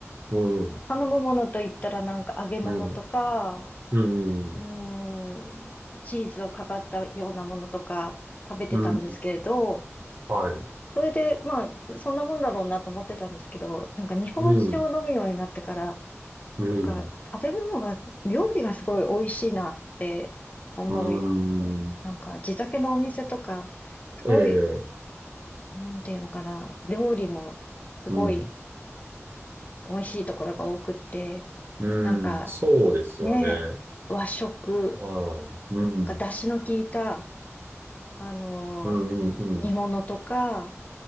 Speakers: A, on the right (about 45°); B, on the left (about 30°).
A: うん、
B: 頼むものといったら、なんか揚げ物とか、
A: うん、うん、
B: うーん、チーズをかかったようなものとか食べてたんですけれど、
A: うん。はい。
B: それで、まあ、そんなもんだろうなと思ってたんですけど、なんか日本酒を飲むようになってから、
A: うん、うん、
B: なんか食べ物が、料理がすごい美味しいなって思い、
A: うん。
B: なんか地酒のお店とか、すごい、
A: ええ、
B: なんていうのかな、料理もすごい
A: うん、
B: 美味しいところが多くって、
A: うん。
B: なんか
A: そうですよね。
B: ね、和食、
A: ああ、うん、
B: が出汁の効いた、あの
A: うん、うん、
B: 煮物とか、
A: うん、